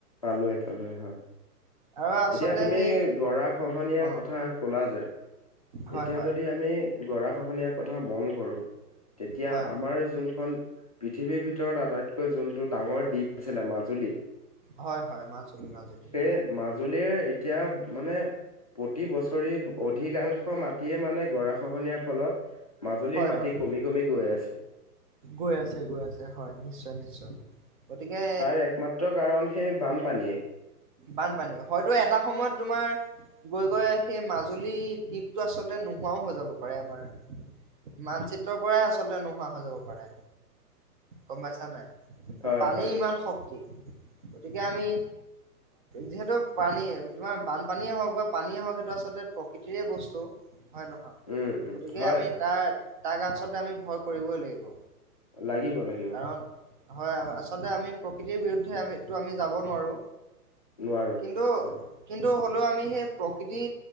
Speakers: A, on the left; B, on the right.
A: পালোৱে পালোৱে হয়।
B: আৰু আচলতে
A: এতিয়া তুমি
B: সেই
A: গৰাখহনীয়াৰ
B: অ
A: কথা কলা যে,
B: হয়
A: এতিয়া
B: হয়
A: যদি আমি গৰাখহনীয়াৰ কথা মন কৰো- তেতিয়া
B: হয়
A: আমাৰ যোনখন- পৃথিৱীৰ ভিতৰত আটাইতকৈ যোনটো ডাঙৰ দ্বীপ আছিলে মাজুলী।
B: হয় হয় মাজুলী মাজুলী।
A: সেই মাজুলীৰ এতিয়া মানে- প্ৰতি বছৰে অধিকাংশ মাটিয়ে মানে গৰা খহনীয়াৰ ফলত, মাজুলীৰ
B: হয়
A: মাটি
B: হয়
A: কমি কমি গৈ আছে।
B: গৈ আছে গৈ আছে হয়। নিশ্চয় নিশ্চয় গতিকে
A: তাৰ একমাত্ৰ কাৰণ সেই বানপানীয়ে।
B: বানপানী, হয়তো এটা সময়ত তোমাৰ, গৈ গৈ সেই মাজুলীৰ দ্বীপটো আচলতে নোহোৱাও হৈ যাব পাৰে আমাৰ। মানচিত্ৰৰ পৰাই আচলতে নোহোৱা হৈ যাব পাৰে। গম পাইছা নাই।
A: হয়
B: পানীৰ
A: হয়
B: ইমান শক্তি। গতিকে আমি, যিহেতু, পানী তোমাৰ বানপানীয়ে হওক বা পানীয়ে হওক সেইটো আচলতে প্ৰকৃতিৰেই বস্তু। হয় নহয়।
A: উম উম
B: গতিকে
A: হয়
B: আমি তাৰ তাক আচলতে আমি ভয় কৰিবই লাগিব।
A: লাগিব লাগিব।
B: কাৰণ হয়, আচলতে আমি প্ৰকৃতিৰ বিৰুদ্ধে আমিটো আমি যাব নোৱাৰো।
A: নোৱাৰো
B: কিন্তু,
A: হয়
B: কিন্তু হ'লেও আমি সেই প্ৰকৃতি